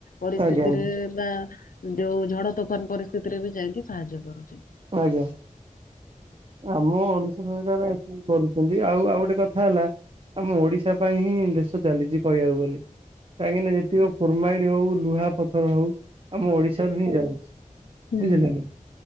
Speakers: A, on the left (about 80°); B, on the right (about 40°).
A: ପରିସ୍ଥିତିରେ
B: ଆଜ୍ଞା ଆଜ୍ଞା।
A: ବା ଯୋଉ ଝଡ ତୋଫାନ ପରିସ୍ଥିତିରେ ବି ଯାଇଁକି ସାହାଯ୍ୟ କରୁଛି।
B: ଆଜ୍ଞା। ଆମ ଓଡିଶା ସରକାର ଏତିକି କରୁଛି ସେମତି ଆଉ ଆଉ ଗୋଟେ କଥା ହେଲା, ଆମ ଓଡିଶା ପାଇଁ ହିଁ ଦେଶ ଚାଲିଛି କହିଆକୁ ଗଲେ। କାହିଁକିନା, ଯେତିକ କ୍ରୋମାଇଡ ହଉ, ଲୁହାପଥର ହଉ ଆମ ଓଡିଶାରୁ ହିଁ ଯାଉଛି।
A: ହୁଁ।
B: ବୁଝିଲେ ନା?